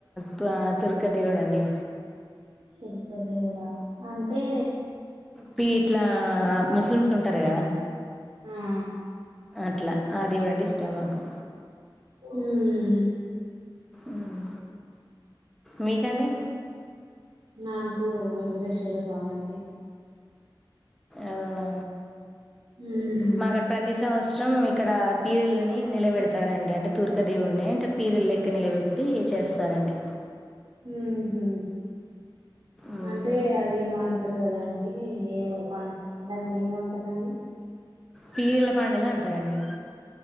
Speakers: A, in the centre; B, on the right (about 60°).
A: త్వ తురక దేవుడండి
B: తిరుప దేవుడా అంతే
A: పి ఇట్లా ముస్లిమ్స్ ఉంటరు కదా
B: ఆ ఆ
A: అట్లా ఆది <unintelligible> ఇష్టం మాకు
B: మ్మ్
A: మ్మ్ మీకండి
B: నాకు వెంకటేశ్వర స్వామండి
A: అవునా
B: అండి
A: మాగడ్ ప్రతి సంవస్ శ్రమ్ ఇక్కడ పియర్లనీ నిలబెడతారండి అంటే తుర్కదేవుడ్ని అంటె పీరల్ లెక్ పక్క నిలబెట్టి చేస్తారండి
B: మ్మ్ హు
A: మ్మ్.
B: అంటే అది ఏమో అంటరు కదాండి ఏమో ప దాన్ని ఏమంటరండి
A: పీర్ల పండుగ అంటారండి